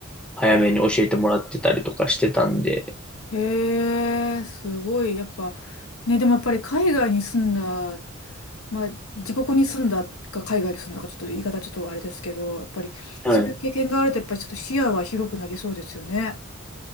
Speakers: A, in the centre; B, on the left (about 80°).
A: 早めに教えてもらってたりとかしてたんで、
B: へえ、すごい。やっぱ、ね、でもやっぱり海外に住んだ、まあ、自国に住んだか海外に住んだか、ちょっと言い方ちょっとあれですけど、やっぱりそういう経験があると、
A: はい。
B: やっぱりちょっと視野は広くなりそうですよね。